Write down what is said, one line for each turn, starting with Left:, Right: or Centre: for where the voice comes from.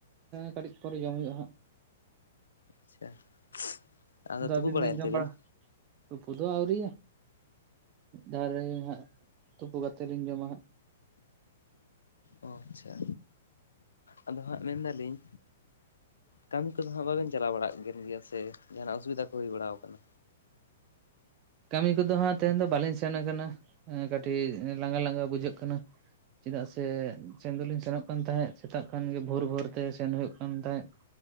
Right: ᱠᱟᱹᱴᱤᱡ ᱯᱚᱨᱮ ᱡᱚᱢ ᱦᱩᱭᱩᱜᱼᱟ, ᱦᱟᱸᱜ ᱾
Left: ᱟᱪᱪᱷᱟ ᱟᱫᱚ
Right: ᱫᱚ
Left: ᱛᱩᱯᱩ
Right: ᱟᱹᱵᱤᱱ
Left: ᱵᱟᱲᱟᱭᱮᱱ
Right: ᱵᱤᱱ ᱡᱚᱢ
Left: ᱛᱮᱵᱮᱱ?
Right: ᱵᱟᱲᱟ ᱛᱩᱯᱩ ᱫᱚ ᱟᱹᱣᱨᱤᱭᱟ᱾ ᱢᱤᱫ ᱫᱟᱣ ᱨᱮ ᱦᱟᱸᱜ ᱛᱩᱯᱩ ᱠᱟᱛᱮᱫ ᱞᱤᱧ ᱡᱚᱢᱟ ᱦᱟᱸᱜ᱾
Left: ᱚ ᱟᱪᱪᱷᱟ ᱟᱫᱚ ᱦᱟᱸᱜ ᱢᱮᱱᱫᱟᱞᱤᱧ ᱠᱟᱹᱢᱤ ᱠᱚᱫᱚ ᱦᱟᱸᱜ ᱵᱟᱵᱮᱱ ᱪᱟᱞᱟᱣ ᱵᱟᱲᱟᱜ ᱠᱟᱱ ᱜᱮᱭᱟ ᱥᱮ ᱡᱟᱦᱟᱱᱟᱜ ᱚᱥᱩᱵᱤᱫᱟ ᱠᱚ ᱦᱩᱭ ᱵᱟᱲᱟᱣ ᱠᱟᱱᱟ?
Right: ᱠᱟᱹᱢᱤ ᱠᱚᱫᱚ ᱦᱟᱸᱜ ᱛᱮᱦᱮᱧ ᱫᱚ ᱵᱟᱹᱞᱤᱧ ᱥᱮᱱ ᱠᱟᱱᱟ᱾ ᱠᱟᱹᱴᱤᱡ ᱞᱟᱸᱜᱟ ᱞᱟᱸᱜᱟ ᱵᱩᱡᱷᱟᱹᱜ ᱠᱟᱱᱟ᱾ ᱪᱮᱫᱟᱜ ᱥᱮ ᱥᱮᱱ ᱫᱚᱞᱤᱧ ᱥᱮᱱᱚᱜ ᱠᱟᱱ ᱛᱟᱦᱮᱸᱫ, ᱥᱮᱛᱟᱜ ᱠᱷᱟᱱ ᱜᱮ ᱵᱷᱳᱨ ᱵᱷᱳᱨ ᱛᱮ ᱥᱮᱱ ᱦᱩᱭᱩᱜ ᱠᱟᱱ ᱛᱟᱦᱮᱸᱫ᱾